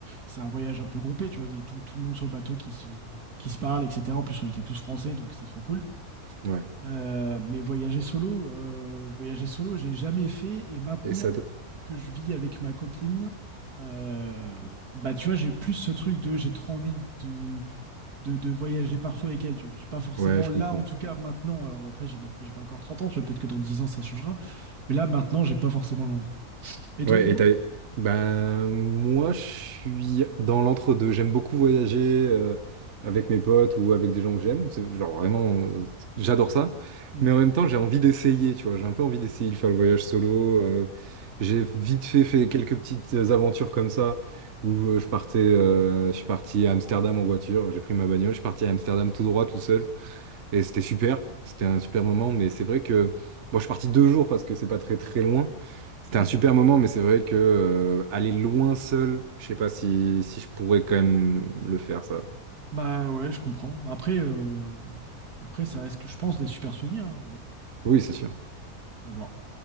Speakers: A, on the right; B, on the right.
A: c'est un voyage un peu groupé, tu vois, des- tout, tout le monde sur le bateau qui se, qui se parle, etc. En plus, on était tous français, donc c'était trop cool.
B: Ouais.
A: Euh, mais voyager solo, euh, voyager solo, j'ai jamais fait. Et maintenant
B: Et ça te-
A: que je vis avec ma copine, euh, bah tu vois, j'ai plus ce truc de j'ai trop envie de, de, de voyager partout avec elle. Tu vois, j'ai pas forcément
B: Ouais, je
A: là,
B: comprends.
A: en tout cas maintenant. Alors après, j'ai même- j'ai pas encore 30 ans. Tu vois, peut-être que dans 10 ans ça changera. Mais là, maintenant, j'ai pas forcément l'envie. Et toi,
B: Ouais,
A: du coup?
B: et t'as... Ben, moi, je suis dans l'entre-deux. J'aime beaucoup voyager euh, avec mes potes ou avec des gens que j'aime. C'est genre vraiment, euh, j'adore ça.
A: Hmm.
B: Mais en même temps, j'ai envie d'essayer, tu vois. J'ai un peu envie d'essayer de faire le voyage solo. euh, j'ai vite fait fait quelques petites aventures comme ça où euh, je partais, euh, je suis parti à Amsterdam en voiture. J'ai pris ma bagnole, je suis parti à Amsterdam tout droit, tout seul. Et c'était super. C'était un super moment. Mais c'est vrai que, bon, je suis parti deux jours parce que c'est pas très très loin. C'était
A: Ouais.
B: un super moment, mais c'est vrai que euh, aller loin seul, je sais pas si, si je pourrais quand même le faire, ça.
A: Bah ouais, je comprends. Après, euh, après, ça reste, je pense, des super souvenirs. hein, mais bon,
B: Oui, c'est sûr.
A: à voir.